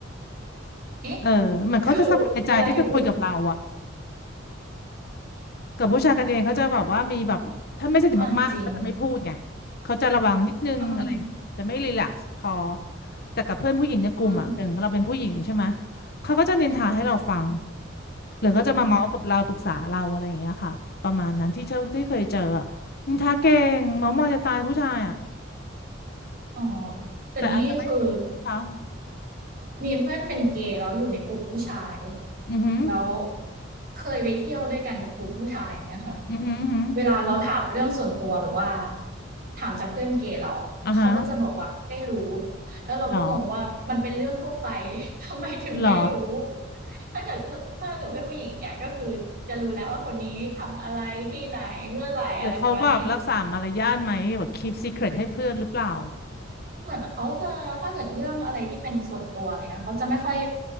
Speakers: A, on the right (about 50°); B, on the left (about 55°).
A: เอ๊ะ
B: เออเหมือนเขาจะสบายใจที่จะคุยกับเราอ่ะ
A: คือเวลาอยู่กลุ่ม
B: กับผู้ชายกันเองเขาจะแบบว่ามีแบบถ้าไม่สนิทมากๆก็จะไม่พูดไง
A: อ๋ออ่าจริง
B: เขาจะระวังนิดนึงอะไรอย่างเงี้ยจะไม่รีแลกซ์พอ
A: อ่า
B: แต่กับเพื่อนผู้หญิงในกลุ่มอ่ะอย่างเราเป็นผู้หญิงใช่ไหม
A: อ่า
B: เขาก็จะนินทาให้เราฟัง
A: ค่ะ
B: หรือเขาจะมาเมาส์กับเราปรึกษาเราอะไรอย่างเงี้ยค่ะประมาณนั้นที่เจอที่เคยเจออะนินทาเก่งเมาส์มอยจะตายผู้ชายอ่ะ
A: อืมอ๋อแต่นี่คือ
B: แต่อาจจะไม่ค่ะ
A: มีเพื่อนเป็นเกย์แล้วอยู่ในกลุ่มผู้ชาย
B: อือหือ
A: แล้วเคยไปเที่ยวด้วยกันกับกลุ่มผู้ชายเนะคะ
B: อือหืออือหือ
A: เวลาเราถามเรื่องส่วนตัวแบบว่าถามจากเพื่อนเกย์เราเขาก็จะบอกว่าไม่รู้
B: อ่าฮะ
A: แล้วเราก็งงว่ามันเป็นเรื่องทั่วไป
B: หรอ
A: <laughs> ทำไมถึงไม่รู้
B: หรอ
A: ถ้าเกิดถ้าเกิดเพื่อนผู้หญิงงเนี่ยก็คือจะรู้แล้วว่าคนนี้ทำอะไรที่ไหนเมื่อไหร่อะไรประมาณนี้
B: หรือเขาแบบรักษามารยาทไหมแบบ keep secret ให้เพื่อนหรือเปล่า
A: เหมือนเขาจะถ้าเกิดเรื่องอะไรที่เป็นส่วนตัวอะไรเงี้ยเขาจะไม่ค่อย